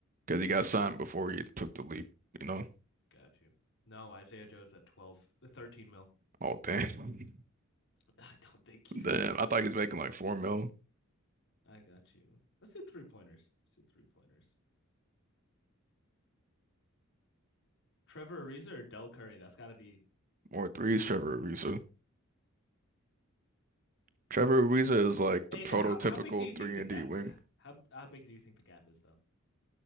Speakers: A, on the right; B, on the left.
A: because he got signed before he took the leap. You know?
B: Got you. No, Isaiah Joe's at 12, the 13 mil.
A: Oh damn, <laughs>
B: <laughs> I don't think you.
A: damn! I thought he was making like four mil
B: I got you. Let's do three pointers. Let's do three pointers. Trevor Ariza or Del Curry? That's got to be
A: or threes. Trevor Ariza. Trevor Ariza is like
B: Eh,
A: the prototypical
B: how how big do you think
A: three
B: the
A: and
B: da
A: D wing,
B: uh, how how big do you think the gap is though?